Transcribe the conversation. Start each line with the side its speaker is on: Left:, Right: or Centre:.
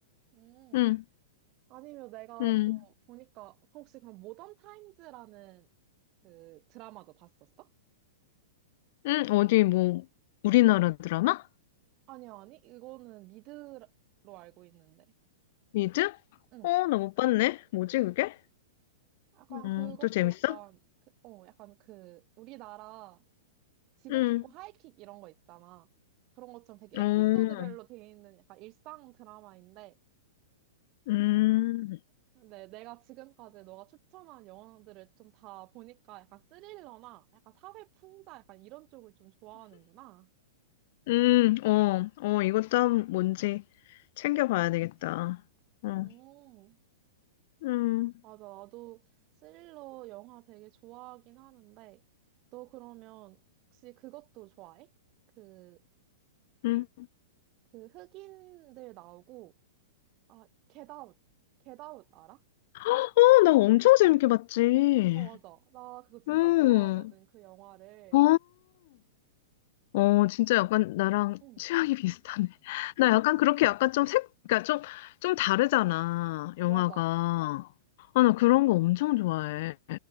Right: 음,
Left: 응,
Right: 아니면 내가
Left: 응,
Right: 또 보니까 혹시 그럼 모던 타임즈라는 그 드라마도 봤었어?
Left: 응, 어디 뭐, 우리나라 드라마?
Right: 아니, 아니. 이거는 미드로 알고 있는데.
Left: 미드?
Right: 응.
Left: 어, 나 못 봤네. 뭐지, 그게?
Right: 약간
Left: 음,
Right: 그것도
Left: 또 재밌어?
Right: 약간, 그, 어, 약간 그 우리나라 지붕
Left: 응,
Right: 뚫고 하이킥 이런 거 있잖아. 그런 것처럼 되게
Left: 어,
Right: 에피소드별로 돼 있는 약간 일상 드라마인데,
Left: 음,
Right: 음, 근데 내가 지금까지 너가 추천한 영화들을 좀 다 보니까 약간 스릴러나 약간 사회 풍자 약간 이런 쪽을 좀 좋아하는구나.
Left: 음, 어, 어, 이것도 한- 뭔지 챙겨봐야 되겠다. 어,
Right: 음,
Left: 음,
Right: 맞아. 나도 스릴러 영화 되게 좋아하긴 하는데, 너 그러면 혹시 그것도 좋아해? 그,
Left: 음.
Right: 뭐, 그 흑인들 나오고, 아, 겟아웃. 겟아웃 알아?
Left: 어, 나 엄청 재밌게 봤지.
Right: 아, 맞아. 나 그거 진짜
Left: 응,
Right: 좋아하거든, 그 영화를.
Left: 아. 어, 진짜 약간 나랑
Right: 응,
Left: 취향이 비슷하네. <laughs> 나 약간 그렇게 약간 좀 색, 그러니까 좀, 좀 다르잖아, 영화가.
Right: 맞아.
Left: 아 아, 나 그런 거 엄청 좋아해.